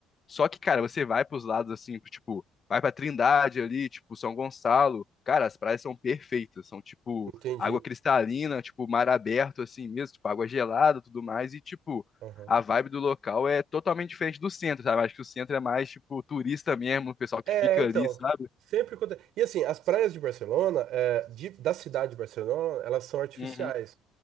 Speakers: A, on the left (about 35°); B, on the right (about 70°).
A: Só que, cara, você vai pros lados, assim, pro, tipo, vai pra Trindade ali, tipo, São Gonçalo. Cara, as praias são perfeitas, são, tipo,
B: Entendi.
A: água cristalina, tipo, mar aberto, assim mesmo, tipo, água gelada e tudo mais. E, tipo,
B: Aham.
A: a vibe do local é totalmente diferente do centro, sabe? Acho que o centro é mais, tipo, turista mesmo, o pessoal que
B: É,
A: fica
B: então,
A: ali, sabe?
B: sempre acontece. E assim, as praias de Barcelona, é, de- da cidade de Barcelona, elas são artificiais.
A: Uhum.